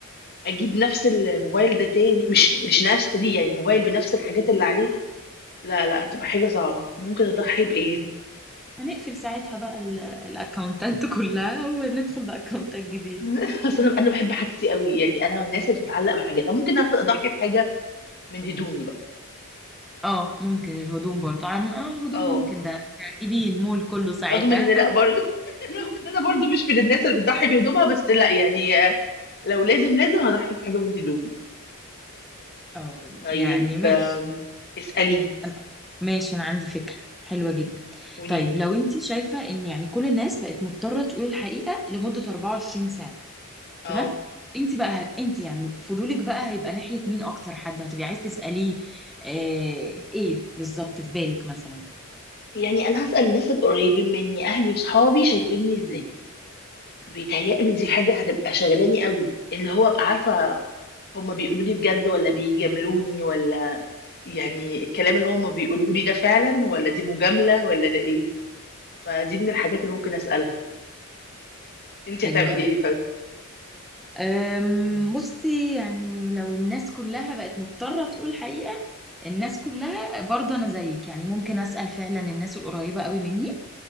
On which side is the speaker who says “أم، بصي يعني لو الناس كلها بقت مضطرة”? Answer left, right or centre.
Centre